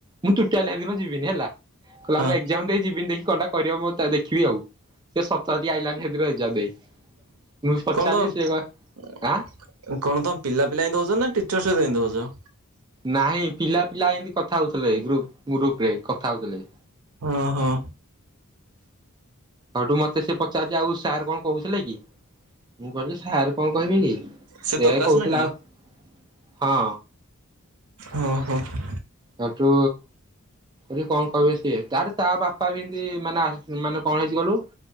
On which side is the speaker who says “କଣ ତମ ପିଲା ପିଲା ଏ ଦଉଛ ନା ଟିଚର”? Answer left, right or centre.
Right